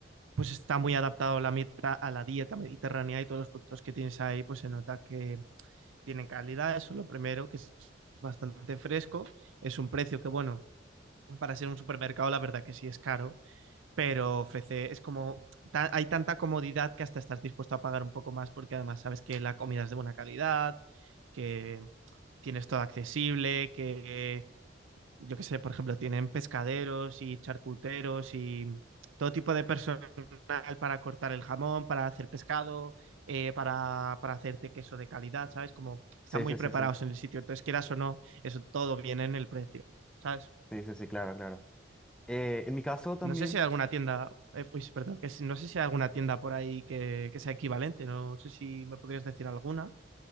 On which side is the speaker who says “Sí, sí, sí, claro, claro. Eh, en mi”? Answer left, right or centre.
Centre